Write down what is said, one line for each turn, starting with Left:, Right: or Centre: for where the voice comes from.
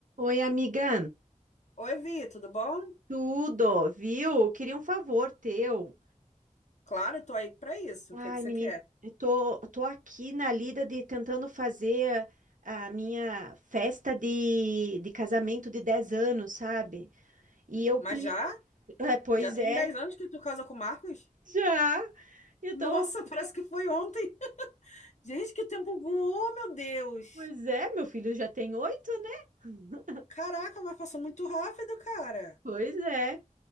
Right: Oi, amiga.
Left: Oi, Vi, tudo bom?
Right: Tudo, viu? Queria um favor teu.
Left: Claro, tô aí pra isso.
Right: Ai,
Left: O que que você
Right: menina,
Left: quer?
Right: eu tô, tô aqui na lida de tentando fazer a minha festa de, de casamento de 10 anos, sabe? E eu,
Left: Mas
Right: pli-
Left: já?
Right: é, pois
Left: Já tem
Right: é,
Left: 10 anos que tu casa com o Marcos?
Right: já. Eu
Left: Nossa,
Right: tô,
Left: <laughs> parece que foi ontem. <laughs> Gente, que o tempo voou, meu Deus.
Right: pois é, meu filho já tem oito, né?
Left: Caraca, mas passou muito rápido, cara.
Right: Pois é.